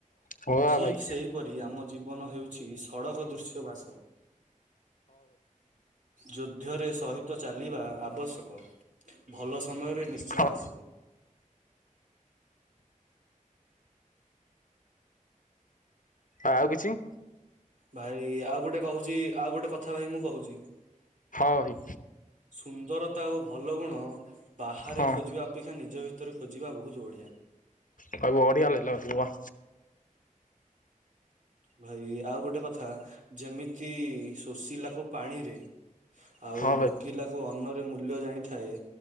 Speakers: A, on the left; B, on the right.
A: ହଁ
B: ଠିକ୍
A: ଭାଇ
B: ସେହିପରି ଆମ ଜୀବନ ହେଉଛି ସଡ଼କ ଦୃଶ୍ୟ ବାସ। ଯୁଧ୍ୟରେ ସହିତ ଚାଲିବା ଆବଶ୍ୟକ ଭଲ ସମୟରେ ନିଶ୍ଚୟ
A: ହଁ
B: ଆସିବ।
A: ଆଉ କିଛି।
B: ଭାଇ ଆଉ ଗୋଟେ କହୁଛି। ଆଉ ଗୋଟେ କଥା ଭାଇ ମୁଁ କହୁଛି।
A: ସରି।
B: ସୁନ୍ଦରତା ଓ ଭଲ ଗୁଣ ବାହାରେ
A: ହଁ
B: ଖୋଜିବା ଅପେକ୍ଷା ନିଜ ଭିତରେ ଖୋଜିବା ବହୁତ ବଢିଆ।
A: ଆଉ ବଢିଆ ଲାଗିଲା ଭାଇ ବା।
B: ଭାଇ ଆଉ ଗୋଟେ କଥା ଯେମିତି ଶୋଷିଲାକୁ ପାଣିରେ ଆଉ
A: ହଁ ଭାଇ
B: ଭୋକିଲାକୁ ଅନ୍ନରେ ମୂଲ୍ୟ ଜାଣିଥାଏ